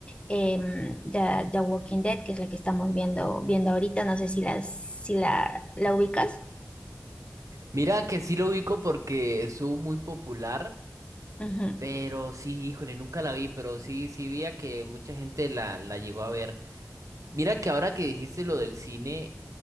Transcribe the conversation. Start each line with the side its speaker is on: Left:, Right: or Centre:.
Left: em, The, The Walking Dead, que es la que estamos viendo, viendo ahorita, no sé si la, si la, la ubicas.
Right: Mira que sí lo ubico porque estuvo muy popular,
Left: Ujú.
Right: pero sí, híjole, nunca la vi, pero sí, sí vi a que mucha gente la, la llegó a ver. Mira que ahora que dijiste lo del cine,